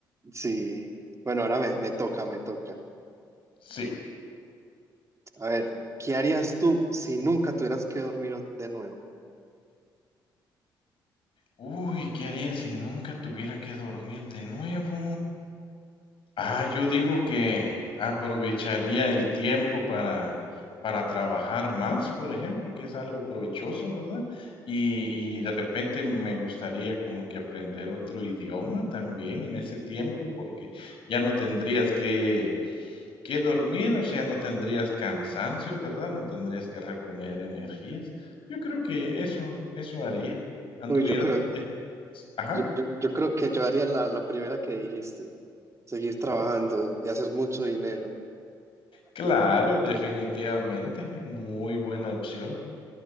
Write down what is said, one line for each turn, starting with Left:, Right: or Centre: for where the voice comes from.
Right: Sí. Bueno, ahora me, me toca, me toca.
Left: Sí.
Right: A ver, ¿qué harías tú si nunca tuvieras que dormir o- de nuevo?
Left: Uy, ¿qué haría si nunca tuviera que dormir de nuevo? Ah, yo digo que aprovecharía el tiempo para, para trabajar más, por ejemplo, que es algo provechoso, ¿verdad? Y, y de repente me gustaría como que aprender otro idioma también en ese tiempo, porque ya no tendrías que, que dormir, o sea, no tendrías cansancio, ¿verdad? No tendrías que reponer energías. Yo creo que eso, eso haría. Anduviera
Right: Uy, yo creo,
Left: también. Ajá.
Right: yo, yo- yo creo que yo haría la, la primera que dijiste. Seguir trabajando y hacer mucho dinero.
Left: Claro, definitivamente, muy buena opción.